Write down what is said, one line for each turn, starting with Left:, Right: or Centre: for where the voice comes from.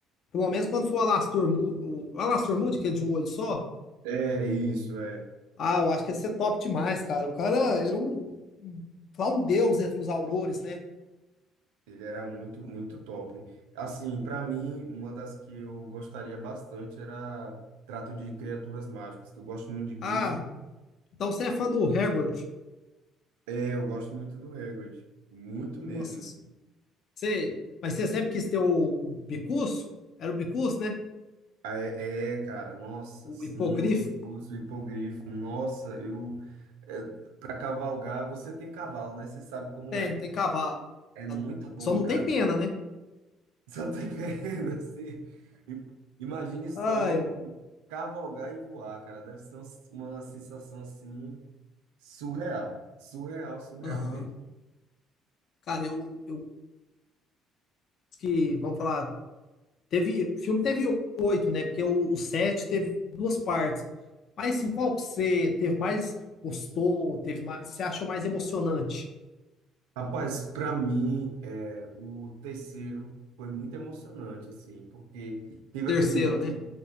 Left: pelo menos quando for o Alastor Mu- o Alastor Moody, que é de um olho só,
Right: é isso, é.
Left: ah, eu acho que ia ser top demais, cara. O cara era um, um, lá um deus entre os aurores, né?
Right: Ele era muito, muito top. Assim, para mim, uma das que eu gostaria bastante era Trato de Criaturas Mágicas, que eu gosto muito de bicho.
Left: Ah, então você é fã do Hagrid.
Right: É, eu gosto muito do Hagrid, muito
Left: Nossa
Right: mesmo.
Left: Sei. Mas você sempre quis ter o bicurso? Era o bicurso, né?
Right: Ah, É, é, cara, nossa,
Left: O
Right: sim,
Left: hipogrifo?
Right: o Bicurso, o hipogrifo, nossa, eu. É, para cavalgar, você tem cavalo, né? Você sabe como
Left: Tem,
Right: é.
Left: tem cavalo.
Right: É muito bom,
Left: Só não
Right: cara.
Left: tem pena, né?
Right: <laughs> Só tem perna, assim. I- Imagine só
Left: Ai, ai.
Right: cavalgar e voar, cara. Deve ser um- uma sensação assim surreal. Surreal, surreal
Left: Aham.
Right: mesmo.
Left: Cara, eu, eu que, vamos falar, teve, o filme teve oito, né? Porque o, o sete teve duas partes. Mas assim, qual que você teve mais gostou, teve mais, você achou mais emocionante?
Right: Rapaz, para mim, é, o terceiro foi muito emocionante, assim, porque teve
Left: Terceiro,
Right: aquele lance.
Left: né?